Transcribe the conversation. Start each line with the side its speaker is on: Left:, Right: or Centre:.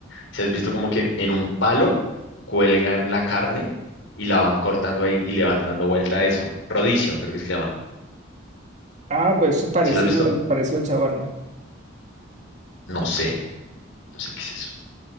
Left: si has visto como que en un palo cuelgan la carne y la van cortando ahí y le van dando vuelta a eso. Rodicio, creo que es que se llama.
Right: Ah, pues eso es parecido
Left: ¿Sí lo has visto?
Right: al, parecido al shawarma.
Left: No sé, no sé qué es eso.